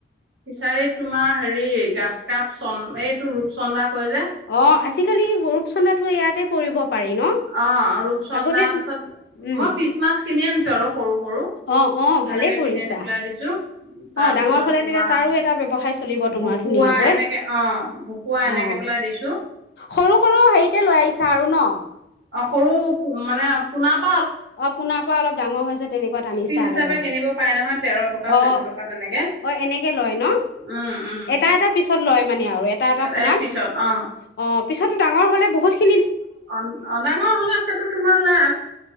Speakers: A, on the right; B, on the left.
A: ফিচাৰীত তোমাৰ হেৰি গাছ কাপ চন্দ এইটো ৰূপ চন্দা কৈয় যে
B: অ আজিকালি ৰূপ চন্দাটো ইয়াতে কৰিব পাৰি ন
A: অ ৰূপচন্দা
B: আগতে
A: তাৰছত
B: উম
A: মই পিছ মাছ কিনি আনিছো আৰু সৰু সৰু
B: অ অ
A: তেনেকে
B: ভালেই কৰিছা
A: কিনি আনি পেলাই দিছো তাৰপিছত
B: অ ডাঙৰ হলে
A: তোমাৰ
B: তেতিয়া তাৰো এটা ব্যয়ৱসায় চলিব তোমাৰ
A: ভকুৱা
B: ধুনীয়াকৈ
A: এনেকে অ ভকুৱা এনেকে
B: অ
A: পেলাই দিছো
B: সৰু সৰু হেৰিতে লৈ আহিছা আৰু ন অ
A: অ সৰু পো মানে পোনাক
B: অ পোনাৰ পৰা অলপ ডাঙৰ হৈছে তেনেকোৱাত আনিছা
A: পিচ হিচাপে
B: আৰু
A: কিনিব পাৰে নহয় তেৰ টকা
B: অ
A: চৈধ্য টকা তেনেকে
B: অ এনেকে লয় ন
A: উম উম
B: এটা এটা পিছত লয় মানে আৰু এটা এটা পোনাত
A: এক পিছত অ
B: অ পিছততো ডাঙৰ হ'লে বহুত খি
A: অ অদাঙৰ হলে হেতু তোমাৰ লাভ